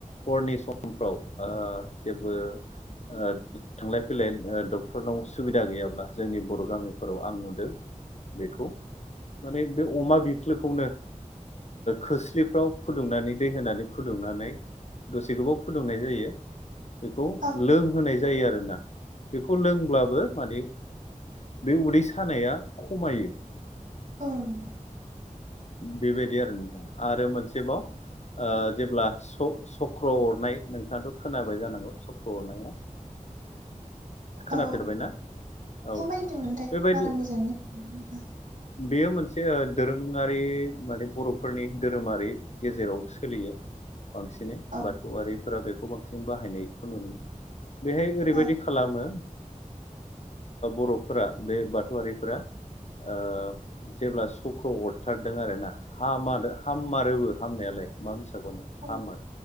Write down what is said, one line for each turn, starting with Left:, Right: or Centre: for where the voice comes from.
Left: हरनि समफ्राव ओ जेबो ओ थांलाय फैलाय डक्टरनाव सुबिदा गैयाब्ला जोंनि बर' गामिफोराव आं नुदों बेखौ माने बे अमा बिख्लोखौनो खोस्लिफ्राव फुदुंनानै दै होनानै फुदुंनानै दसे गोबाव फुदुंनाय जायो। बेखौ
Right: औ
Left: लोंहोनाय जायो आरोना बेखौ लोंब्लाबो माने बे उदै सानाया खमायो।
Right: ओं
Left: बेबायदि आरो नोंथां आरो मोनसेबाव ओ जेब्ला स-सक्र अरनाय नोंथाङाथ' खोनाबाय जानांगौ सक्र' अरनाया खोनाफेरबायना
Right: औ
Left: औ
Right: माबायदि मोनथाय
Left: बेबायदि
Right: बारा मोजाङै मिथिया नोंथां
Left: बेयो मोनसे दोरोङारि माने बर'फोरनि धोरोमारि गेजेराव सोलियो बांसिनै
Right: औ
Left: बाथौआरिफोरा बेखौ बांसिन बाहायनायखौ नुनो मोनो बेहाय ओरैबायदि
Right: औ
Left: खालामो बर'फोरा बे बाथौआरिफोरा ओ जेब्ला सक्र' अरथारदों आरोना हा हाम मारोबो हामनायालाय मा मिसाखौ होननो
Right: औ
Left: हामो